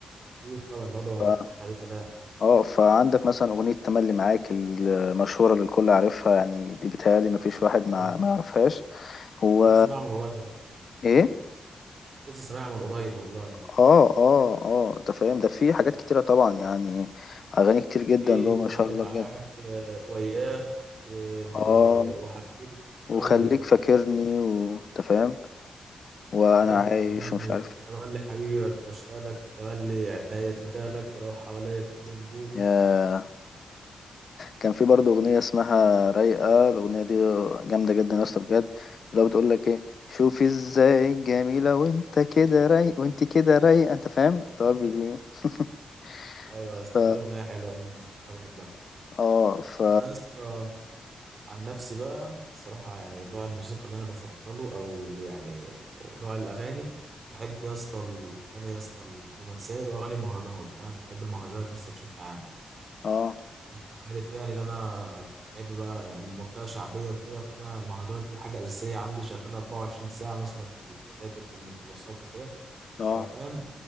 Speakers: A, on the right; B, on the left.
A: اكيد طبعا لا طبعا
B: ف...
A: مفيش عليه كلام
B: اه فعندك مثلا اغنيه تملي معاك المشهوره اللي الكل عارفها يعني دي بتهيألي ما فيش واحد ما
A: آه،
B: ما يعرفهاش هو
A: لسه سامعها من قريب
B: ايه
A: لسه سامعها من قريب والله
B: اه اه اه انت فاهم ده في حاجات كتيرة طبعا يعني اغاني كتير جدا
A: في
B: له ما
A: تملي
B: شاء الله
A: معاك
B: بجد
A: و- وياه و...
B: اه
A: وحبيتك انت
B: وخليك
A: و...
B: فاكرني وانت فاهم وانا
A: بالظبط
B: عايش
A: وأغاني
B: ومش عارف
A: تملي حبيبي بشتاق لك تملي عينيا تندهلك لك ولو حواليا كل نجوم
B: يا كان في برضه اغنية اسمها رايقة الاغنية دي جامدة جدا يا اسطى بجد لو بتقول لك ايه شوفي ازاي جميلة وانت كده رايق وانت كده رايقة انت فاهم اللي
A: <laughs>
B: هو بي- بي- <laughs>
A: ايوه
B: ف
A: يا اسطى والله اغنيه حلوه أوي يا اسطى، انا بحبها
B: اه ف
A: انا يا اسطى عن نفسي بقى الصراحه يعني نوع الموسيقى اللي انا بفضله او يعني او نوع الاغاني بحب يا اسطى الاغاني يا اسطى الرومانسيه واغاني المهرجانات يعني انا بحب المهرجانات يا اسطى بشكل عام
B: اه
A: انت عارف يعني ده انا بحب بقى يعني المنطقه شعبيه وكده فانا المهرجانات دي حاجه اساسيه عندي شغاله 24 ساعه مثلا في التكاتك والميكروباصات وكده
B: اه
A: ففاهم